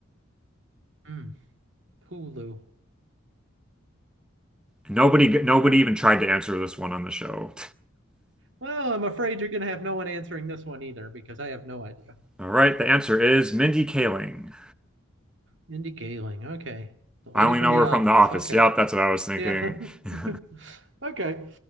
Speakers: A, on the right; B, in the centre.
A: Mm, Hulu.
B: Nobody, nobody
A: Well,
B: even tried to answer this one on the show.
A: well, I'm afraid you're going to have no one answering this one either because I have no idea.
B: <laughs> All right, the answer is Mindy Kaling.
A: Mindy Kaling. Okay. The lady
B: I only
A: from
B: know
A: The
B: her
A: Office.
B: from The Office.
A: Okay.
B: Yep, that's what I was thinking.
A: Yeah.
B: <laughs>
A: <laughs> okay.